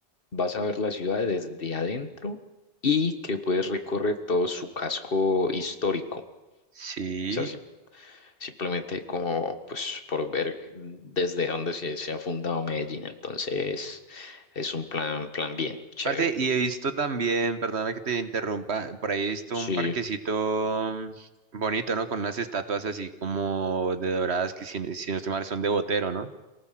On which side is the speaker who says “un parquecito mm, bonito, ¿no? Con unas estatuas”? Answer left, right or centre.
Right